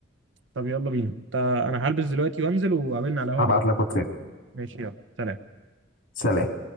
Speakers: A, on the right (about 75°); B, on the left (about 75°).
A: طب يلا بينا تا- انا هلبس دلوقتي وانزل وقابلنا على القهوه
B: هبعت
A: اللي على-
B: لك واتساب
A: ماشي يلا سلام
B: سلام